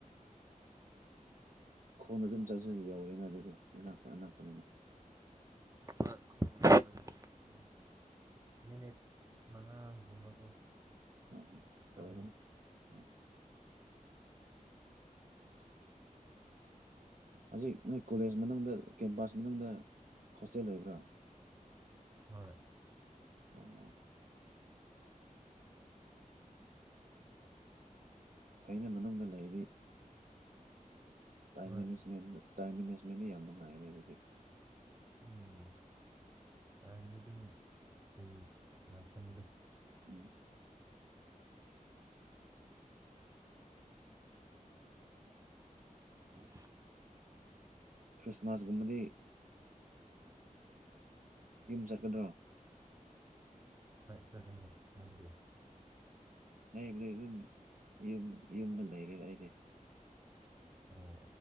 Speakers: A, on the right; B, on the right.
A: ꯈꯣꯡꯅ ꯑꯗꯨꯝ ꯆꯠꯁꯨꯗꯤ ꯌꯧꯔꯦꯅ ꯑꯗꯨꯗꯤ ꯑ ꯂꯥꯛꯄꯅ ꯂꯥꯛꯄꯅꯤꯅ
B: ꯍꯣꯏ ꯈꯣꯡꯅ ꯆꯠꯂꯗꯤ ꯑꯗꯨꯝ ꯃꯤꯅꯤꯠ ꯃꯉꯥꯒꯨꯝꯕꯀꯣ
A: ꯑ ꯍ
B: ꯆꯠꯂꯅꯤ
A: ꯑꯣꯏꯒꯅꯤ ꯎ ꯍꯧꯖꯤꯛ ꯅꯣꯏ ꯀꯣꯂꯦꯖ ꯃꯅꯨꯡꯗ ꯀꯦꯝꯄꯥꯁ ꯃꯅꯨꯡꯗ ꯍꯣꯁꯇꯦꯜ ꯂꯩꯕ꯭ꯔꯥ
B: ꯍꯣꯏ
A: ꯎꯝ ꯐꯩꯅ ꯃꯅꯨꯡꯗ ꯂꯩꯔꯤ ꯥꯏ
B: ꯍꯣꯏ
A: ꯇꯥꯏꯝ ꯃꯦꯅꯦꯖꯃꯦꯟꯗꯤ ꯌꯥꯝ ꯅꯨꯡꯉꯥꯏꯅꯦ ꯑꯗꯨꯗꯤ
B: ꯎꯝ ꯇꯥꯏꯝꯗꯤ ꯑꯗꯨꯝ ꯐ꯭ꯔꯤ ꯉꯥꯛꯇꯅꯤ ꯑꯗꯨꯝ
A: ꯎꯝ
B: ꯎꯝ
A: ꯈ꯭ꯔꯤꯁꯃꯥꯁꯒꯨꯝꯕꯗꯤ ꯌꯨꯝ ꯆꯠꯀꯗ꯭ꯔꯣ
B: ꯆꯠꯅꯦ ꯅꯗꯤ
A: ꯍꯥꯏꯕꯗꯤ ꯑꯗꯨꯝ ꯌ ꯌꯨꯝꯗ ꯂꯩꯔꯦ ꯑꯩꯗꯤ
B: ꯑꯣ